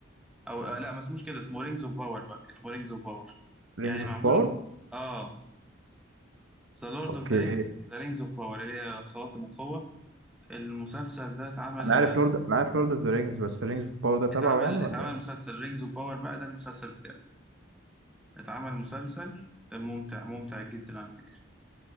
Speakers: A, in the centre; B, on the right.
A: او آه لا ما اسموش كده اسمه رينجز اوف باور بقى اسمه رينجز اوف باور
B: رينجز
A: يعني
B: اوف
A: معمول
B: باور
A: اه ذا لورد
B: اوكي
A: اوف ذا رينجز ذا رينجز اوف باور اللي هي خواتم القوة المسلسل ده اتعمل
B: انا عارف لورد انا عارف لورد اوف ذا رينجز بس رينجز اوف باور ده تبعه
A: اتعمل
B: يعني ولا
A: اتعمل
B: ايه
A: مسلسل رينجز اوف باور بقى ده المسلسل بتاعه اتعمل مسلسل ممتع ممتع جدا على فكرة